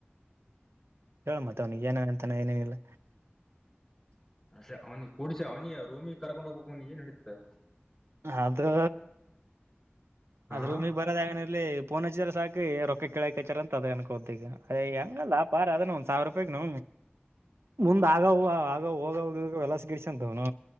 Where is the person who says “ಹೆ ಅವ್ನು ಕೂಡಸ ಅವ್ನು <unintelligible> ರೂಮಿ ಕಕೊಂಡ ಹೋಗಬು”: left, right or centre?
Centre